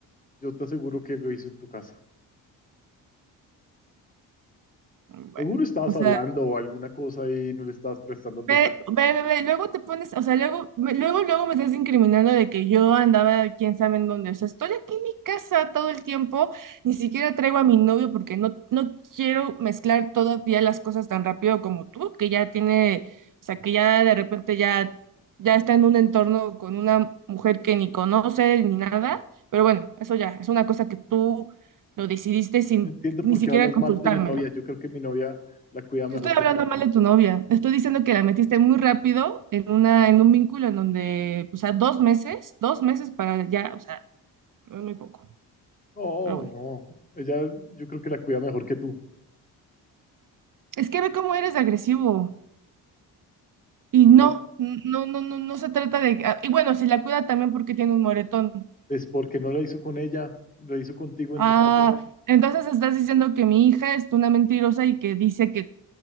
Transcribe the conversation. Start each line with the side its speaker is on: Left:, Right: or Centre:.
Left: yo te aseguro que lo hizo en tu casa.
Right: Mm, Bueno,
Left: Seguro estabas
Right: o sea...
Left: hablando o alguna cosa y no le estabas prestando atención.
Right: Ve, ve, ve, ve, luego te pones, o sea, luego, me- luego, luego me estás incriminando de que yo andaba quién sabe en dónde. O sea, estoy aquí en mi casa todo el tiempo, ni siquiera traigo a mi novio porque no, no quiero mezclar todavía las cosas tan rápido como tú, que ya tiene, o sea, que ya de repente ya, ya está en un entorno con una mujer que ni conoce ni nada. Pero bueno, eso ya, es una cosa que tú lo decidiste sin
Left: No entiendo
Right: ni
Left: por
Right: siquiera
Left: qué hablas
Right: consultármelo.
Left: mal de mi novia. Yo creo que mi novia la cuida
Right: No
Left: mejor
Right: estoy
Left: que
Right: hablando
Left: tú.
Right: mal de tu novia. Estoy diciendo que la metiste muy rápido en una, en un vínculo en donde, o sea, dos meses, dos meses para ya, o sea, es muy poco.
Left: No,
Right: Pero bueno.
Left: no. Ella, yo creo que la cuida mejor que tú.
Right: Es que ve cómo eres de agresivo. Y no,
Left: No,
Right: n- no, no, no, no se trata de. ah, Y bueno, si la cuida también porque tiene un moretón.
Left: es porque no la hizo con ella, lo hizo contigo
Right: Ah,
Left: en tu casa.
Right: entonces estás diciendo que mi hija es una mentirosa y que dice que